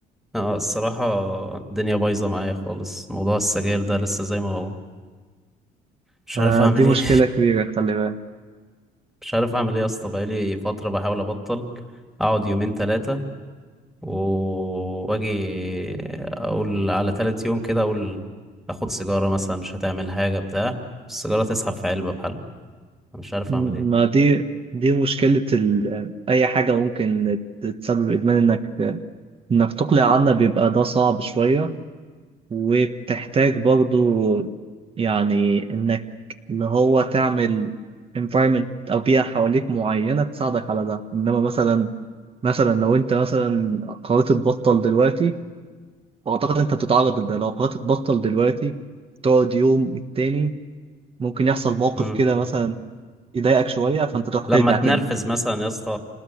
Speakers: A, in the centre; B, on the right.
A: اه الصراحه الدنيا بايظه معايا خالص موضوع السجاير ده لسه زي ما هو مش
B: فدي
A: عارف اعمل
B: مشكلة
A: ايه
B: كبيرة خلي بالك
A: مش عارف اعمل ايه يا اسطى بقالي فتره بحاول ابطل اقعد يومين ثلاثه و- واجي اقول على ثالث يوم كده اقول اخد سيجاره مثلا مش هتعمل حاجه بتاع السيجاره تسحب في علبه بحالها أنا مش عارف
B: م-
A: اعمل ايه
B: ما دي دي مشكلة ال... اي حاجة ممكن تسبب ادمان انك انك تقلع عنا بيبقى ده صعب شوية وبتحتاج برضو يعني انك اللي هو تعمل environment او بيئة حواليك معينة تساعدك على ده انما مثلا مثلا لو انت مثلا قررت تبطل دلوقتي واعتقد انت بتتعرض لده لو قررت تبطل دلوقتي تقعد يوم التاني ممكن يحصل موقف
A: امم
B: كده مثلا يضايقك شوية فانت تروح ترجع
A: لما اتنرفز
B: تاني
A: مثلا يا اسطى